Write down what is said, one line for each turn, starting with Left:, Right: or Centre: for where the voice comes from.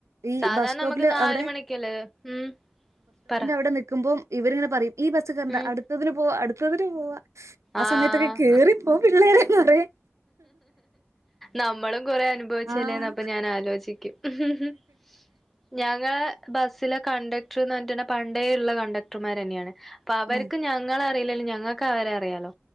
Right: ഈ
Centre: സാധാരണ
Right: ബസ് സ്റ്റോപ്പില്
Centre: നമുക്ക് നാല്
Right: അവിടെ
Centre: മണിക്കല്ലേ ഉം പറയ്
Right: ഇവിടെ നിക്കുമ്പോൾ ഇവരിങ്ങനെ പറയും ഈ ബസ് കയറണ്ടാ
Centre: ഉം
Right: അടുത്തതിന് പോവാ അടുത്തതിന് പോവാ ആ
Centre: ആഹ്
Right: സമയത്തൊക്കെ കേറിപ്പോ പിള്ളേരേ എന്ന് പറയും
Centre: നമ്മളും കൊറെ അനുഭവിച്ചല്ലേന്ന്
Right: ആഹ്
Centre: അപ്പ ഞാൻ ആലോചിക്കും ഹ്‌ഹ് ഉം ഞങ്ങളെ ബസ്സിലെ കണ്ടക്ടർന്ന് പറഞ്ഞിട്ട പണ്ടേ ഇള്ള കണ്ടക്ടർമാര് തന്നെയാണ് അപ്പൊ അവർക്ക്
Right: ഉം
Centre: ഞങ്ങളെ അറിയില്ലേലും ഞങ്ങൾക്ക് അവരെ അറിയാലോ